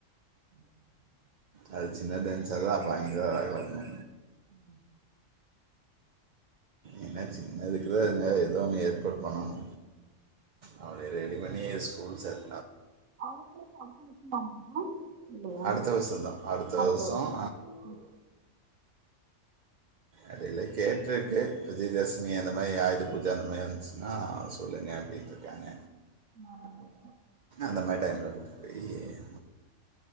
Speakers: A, on the right (about 90°); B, on the right (about 45°).
A: <inaudible>
B: அது சின்னதா இருந்ச்சதா பயங்கர <unintelligible> வரணு
A: ஆமா
B: ஏன்னா சின்னதுக்குதா என்னா ஏதோ ஒன்னு ஏற்பாடு பண்ணணு. அவன ரெடி பண்ணி ஸ்கூல் சேத்
A: <inaudible> அடுத்த வருஷந்தானா மேம் இல்லயா
B: அடுத்த
A: <unintelligible>
B: வருஷம் தான்
A: அடுத்த
B: வருஷம்
A: வருஷோ
B: அதுல கேட்டுருக்கு விஜயதசமி அந்த மாரி ஆயுத பூஜா அந்த மாரி வந்துச்சுன்னா சொல்லுங்க அப்படின்ட்ருக்காங்க
A: <inaudible>
B: அந்த மாரி டைம்ல கூட்டு பெய்